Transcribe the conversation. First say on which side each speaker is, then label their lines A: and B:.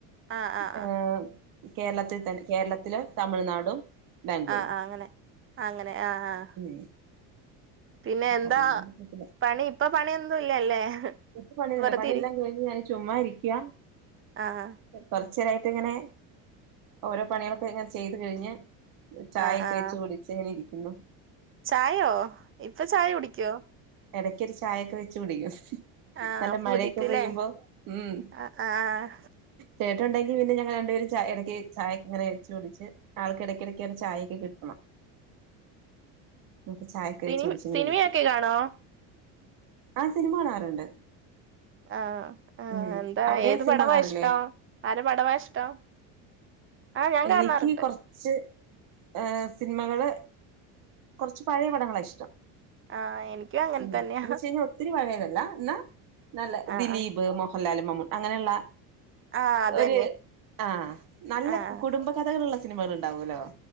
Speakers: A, on the right; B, on the right.
A: ആഹ് ആഹ്
B: ഏ
A: ആഹ്
B: കേരളത്തിൽ തന്നെ കേരളത്തില തമിഴ്നാടും ബാംഗ്ലൂരും
A: ആ ആ അങ്ങനെ അങ്ങനെ ആഹ് ആഹ്
B: ഉം
A: പിന്നെ
B: അപ്പൊ
A: എന്താ
B: അതുകൊണ്ട് കുഴപ്പല്ല
A: പണി ഇപ്പ പണിന്നും ഇല്ലല്ലേ
B: ഇപ്പ പണിയില്ല
A: വെറുതെ
B: പണി
A: ഇരി
B: ഇല്ലാ കഴിഞ്ഞ് ഞാൻ ചുമ്മാ ഇരിക്കാ
A: ആഹ്
B: തർച്ചയായിട്ട് ഇങ്ങനെ ഓരോ പണികളൊക്കെ ഇങ്ങനെ ചെയ്ത് കഴിഞ്ഞ് ചായക്കെ
A: ആഹ് ആഹ്
B: വെച്ച് കുടിച്ച് ങ്ങനെ ഇരിക്കുന്നു
A: ചായോ ഇപ്പൊ ചായ കുടിക്കുവോ
B: ഇടയ്ക്ക് ഒരു ചായയൊക്കെ വെച്ചു കുടിക്കും
A: ആഹ്
B: നല്ല
A: പൂതിക്ക്ല്ലേ
B: മഴയൊക്കെ പെയ്യുമ്പോ ഉം
A: ആഹ് ആഹ്
B: തേട്ടുണ്ടെങ്കി പിന്നെ ഞങ്ങ രണ്ടപേരും ച ഇടയ്ക്ക് ചായക്കെ ഇങ്ങനെ വെച്ചകുടിച്ച് ആൾക്ക ഇടക്കിടക്കാണ് ചായൊക്കെ കിട്ടണം നക്ക് ചായക്ക്
A: സിനി
B: വച്ച് കുടിച്ച് ങ്ങനെ
A: സിനിമയൊക്കെ
B: ഇരിക്കും
A: കാണോ
B: ആ സിനിമ കാണാറുണ്ട്
A: ആ ആ ആ
B: ഉം
A: എന്താ
B: അവിടെയോ
A: ഏത്
B: സിനിമ
A: പടവാ
B: കാണാറില്ലേ
A: ഇഷ്ടം ആര പടവാ ഇഷ്ടം ആഹ് ഞാൻ
B: എനിക്ക്
A: കാണാറുണ്ട്
B: കുറച്ച് ഏ സിനിമകള് കുറച്ച് പഴയ പടങ്ങളാ ഇഷ്ടം
A: ആഹ് എനിക്കും അങ്ങനെ
B: ഉം
A: തന്നെയാ
B: എന്ന് വച്ച് കഴിഞ്ഞാൽ ഒത്തിരി പഴയതല്ല എന്നാ നല്ല
A: ആഹ്
B: ദിലീപ്
A: ആഹ്
B: മോഹൻലാൽ മമൂൻ അങ്ങനെയുള്ള
A: ആഹ് അതന്നെ
B: ഒരു ആ നല്ല
A: ആഹ്
B: കുടുംബകഥകളുള്ള സിനിമകൾ ഉണ്ടാവുമല്ലോ